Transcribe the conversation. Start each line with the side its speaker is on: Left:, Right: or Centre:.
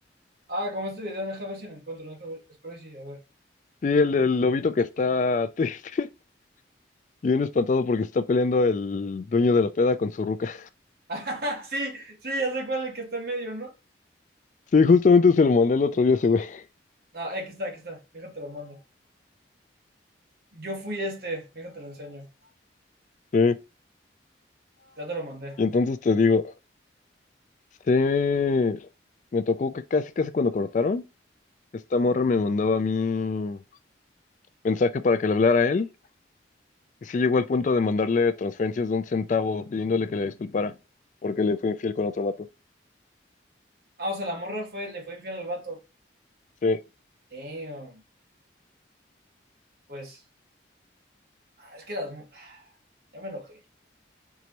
Right: Ah, como este video, deja ver si lo encuentro. Deja ver, espero y sí, a ver.
Left: Sí, el, el lobito que está triste <laughs> y bien espantado porque está peleando el dueño de la peda con su ruca.
Right: <laughs> Sí, sí, ya sé cuál es el que está en medio, ¿no?
Left: Sí, justamente se lo mandé el otro día a ese güey. <laughs>
Right: Ah, aquí está, aquí está. Déjate lo mando. Yo fui este, déjate lo enseño.
Left: Eh,
Right: Ya te lo mandé.
Left: y entonces te digo, sí, me tocó que casi, casi cuando cortaron, esta morra me mandaba a mí mensaje para que le hablara a él. Y sí llegó al punto de mandarle transferencias de un centavo pidiéndole que le disculpara porque le fue infiel con otro vato.
Right: Ah, o sea, la morra fue, le fue infiel al vato.
Left: Sí,
Right: Damn. Pues, ah, es que las. mu- ah, Ya me enojé.